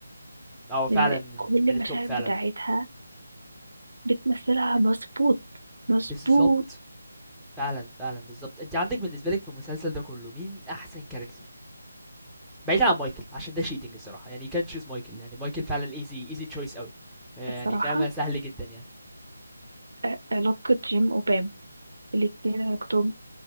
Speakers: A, in the centre; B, on the right.
A: هو فعلًا
B: ال-
A: من
B: كل
A: من
B: المشاهد
A: الtop فعلًا.
B: بتاعتها بتمثلها مظبوط مظبوط
A: بالضبط، فعلًا، فعلًا، بالضبط. أنتِ عندِك بالنسبة لِك في المسلسل ده كله مين أحسن character؟ بعيدًا عن مايكل، عشان ده cheating الصراحة، يعني you can't choose مايكل، يعني مايكل فعلًا easy easy choice أوي، يعني
B: الصراحة
A: فاهمة سهل جدًا يعني.
B: آه، علاقة جيم وبام الاتنين علاقتهم